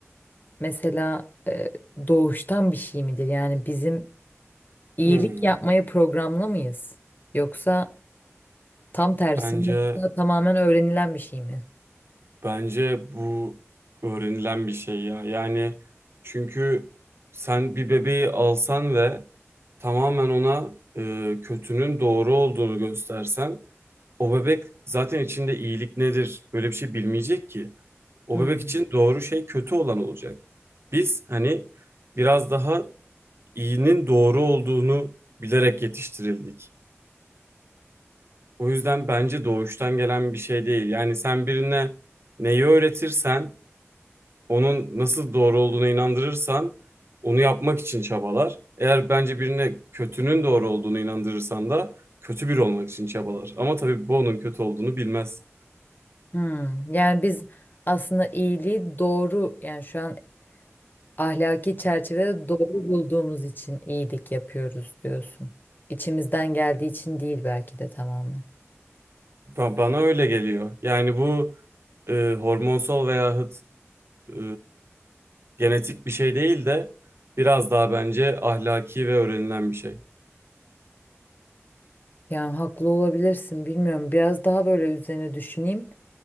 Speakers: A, on the left; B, on the right.
A: mesela e, doğuştan bir şey midir? Yani bizim iyilik
B: Hmm,
A: yapmaya programlı mıyız? Yoksa tam tersi
B: bence
A: mi yoksa tamamen öğrenilen bir şey mi?
B: bence bu öğrenilen bir şey ya. Yani çünkü sen bir bebeği alsan ve tamamen ona e, kötünün doğru olduğunu göstersen o bebek zaten içinde iyilik nedir böyle bir şey bilmeyecek ki. O
A: Hmm.
B: bebek için doğru şey kötü olan olacak. Biz hani biraz daha iyinin doğru olduğunu bilerek yetiştirildik. O yüzden bence doğuştan gelen bir şey değil. Yani sen birine neyi öğretirsen onun nasıl doğru olduğuna inandırırsan onu yapmak için çabalar. Eğer bence birine kötünün doğru olduğunu inandırırsan da kötü biri olmak için çabalar. Ama tabii bu onun kötü olduğunu bilmez.
A: Hmm. Yani biz aslında iyiliği doğru yani şu an Ahlaki çerçevede doğru bulduğumuz için iyilik yapıyoruz diyorsun. İçimizden geldiği için değil belki de tamamen.
B: Ba- Bana öyle geliyor. Yani bu e, hormonsal veyahut e, genetik bir şey değil de biraz daha bence ahlaki ve öğrenilen bir şey.
A: Yani haklı olabilirsin bilmiyorum. Biraz daha böyle üzerine düşüneyim.